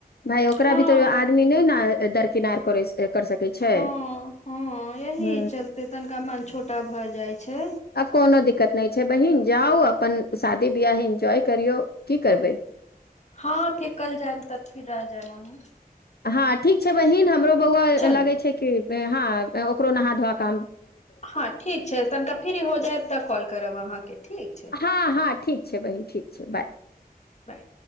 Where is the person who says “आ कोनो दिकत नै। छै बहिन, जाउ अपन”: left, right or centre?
Left